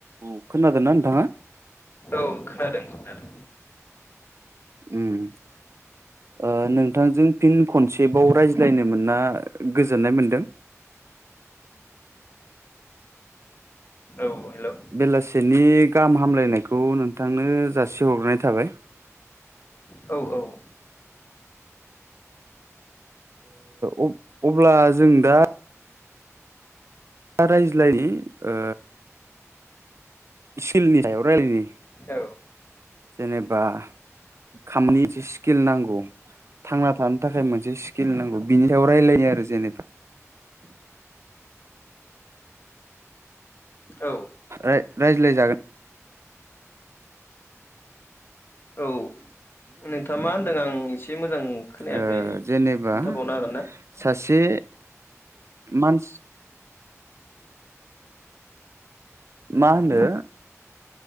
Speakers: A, on the right (about 55°); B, on the left (about 45°).
A: औ खोनादों ना नोंथाङा
B: औ खोनादों खोनादों
A: अम ओ नोंथांजों फिन खनसेबाव रायज्लायनो मोनना गोजोननाय मोनदों।
B: औ हेलौ
A: बेलासिनि गाहाम हामलायनायखौ नोंथांनो जासिहरनाय थाबाय।
B: औ औ
A: ओ अ-अब्ला जों दा खोला रायज्लायनि ओ सिलनि सायाव रायलायनि
B: औ
A: जेनेबा खामनि स्किल नांगौ थांना थानो थाखाय मोनसे स्किल नांगौ बिनि सायाव रायलायनो आरो जेनेबा
B: औ
A: ओ रायज्लाय जागोन।
B: औ नोंथाङा मा होन्दों आं एसे मोजां खोनायाखै
A: ओ जेनेबा
B: खोन्थाबावनो हागोनना।
A: सासे मान मा होनदो